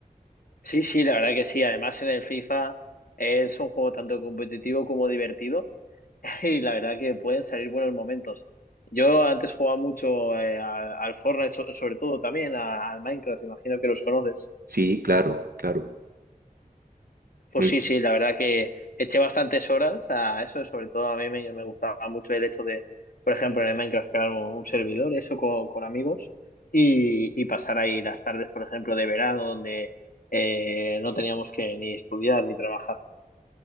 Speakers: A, on the left; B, on the right.
A: Sí, sí, la verdad que sí. Además, en el FIFA es un juego tanto competitivo como divertido. <laughs> Y la verdad que pueden salir buenos momentos. Yo antes jugaba mucho eh, al, al Fortnite, so- sobre todo también a- al Minecraft, imagino que los conoces.
B: Sí, claro, claro.
A: Pues
B: Me-
A: sí, sí, la verdad que eché bastantes horas a eso, sobre todo a mí me, me gustaba mucho el hecho de, por ejemplo, en el Minecraft crear un, un servidor, eso con, con amigos, y, y pasar ahí las tardes, por ejemplo, de verano, donde eh, no teníamos que ni estudiar ni trabajar.